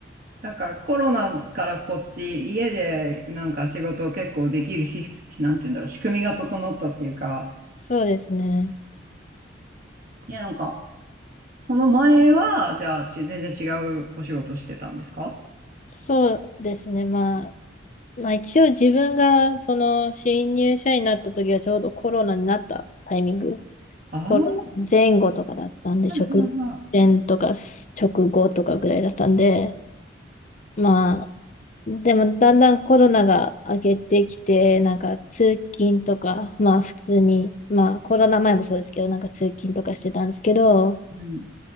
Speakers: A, on the right (about 50°); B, on the left (about 40°).
A: なんか、コロナからこっち、家で、なんか仕事を結構できるし、しなんて言うんだろう、仕組みが整ったっていうか、
B: そうですね。
A: いや、なんか、その前は、じゃあ、ち、全然違うお仕事してたんですか
B: そうですね。まあ、まあ一応自分がその新入社員になった時はちょうどコロナになったタイミング、
A: ああー、
B: コロナ前後とかだったんで、
A: はいはいは
B: 直前とか直後とかぐらいだったんで、まあ、でもだんだんコロナが明けてきて、なんか通勤とか、まあ普通に、まあコロナ前もそうですけど、なんか通勤とかしてたんですけど、
A: い。うん。